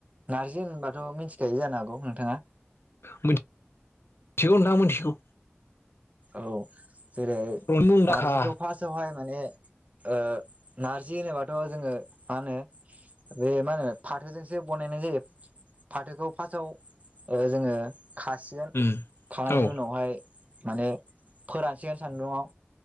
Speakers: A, on the right; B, on the left.
A: नारजि होनबाथ' मिनथिखायो जानो हागौ नोंथाङा।
B: मोन थिगौ नोंथां मोनथिगौ।
A: औ जेरै
B: मुंदांखा
A: नारजिखौ फारसावहाय माने ओ नारजि होनोबाथ' जोङो मा होनो बे मा होनो फाथोजोंसो बनायनाय जायो फाथोखौ फासाव ओ जोङो खासिगोन
B: उम
A: खानायनि
B: औ
A: उनावहाय माने फोरानसिगोन सान्दुङाव।